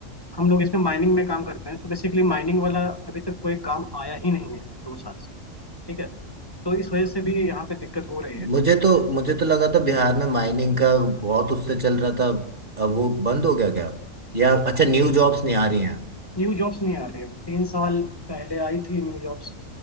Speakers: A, on the left; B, on the right.
A: हम लोग इसमें माइनिंग में काम करते हैं तो बेसिकली माइनिंग वाला अभी तक कोई काम आया ही नहीं है दो साल ठीक है तो इस वजह से भी यहाँ पे दिक्कत हो रही है
B: मुझे तो मुझे तो लगा था बिहार में माइनिंग का बहुत उससे चल रहा था अब वो बंद हो गया क्या या अच्छा न्यू जॉब्स नहीं आ रही हैं
A: न्यू जॉब्स नहीं आ रही है तीन साल पहले आई थी न्यू जॉब्स